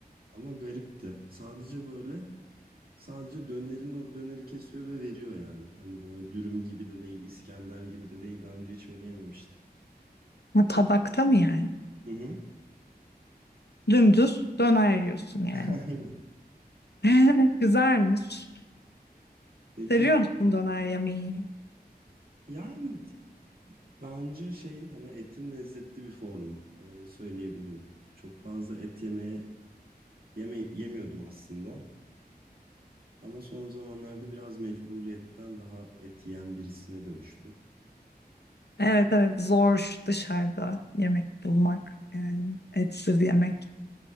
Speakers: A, on the right; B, on the left.
A: ama garipti. Sadece böyle sadece dönerin o döneri kesiyor ve veriyor yani. Hani böyle dürüm gibi de değil, İskender gibi de değil. Daha önce hiç öyle yememiştim.
B: Ha, tabakta mı yani?
A: Hı hı.
B: Dümdüz döner yiyorsun yani.
A: <laughs> Aynen.
B: <laughs> Güzelmiş.
A: Peki
B: Seviyor musun döner yemeği?
A: yani bence şeyin hani etin lezzetli bir formu e, söyleyebilirim. Çok fazla et yemeye yeme, yemiyordum aslında. Ama son zamanlarda biraz mecburiyetten daha et yiyen birisine dönüştüm.
B: Evet evet zor dışarıda yemek bulmak. Yani etsiz yemek.